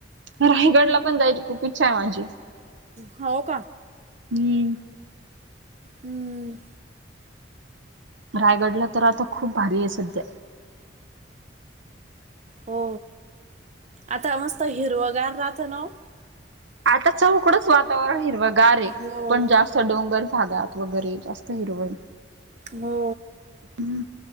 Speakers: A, on the right (about 75°); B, on the right (about 35°).
A: रायगडला पण जायची. खूप इच्छा आहे माझी.
B: हा, हो का?
A: हम्म,
B: हम्म,
A: रायगडला तर आता खूप भारी आहे सध्या.
B: हो, आता मस्त हिरवगार राहतं ना ओ,
A: आता चौकडंच वातावरण हिरवगार आहे.
B: हो
A: पण जास्त डोंगर भागात वगैरे जास्त हिरवळ
B: हो,
A: हम्म,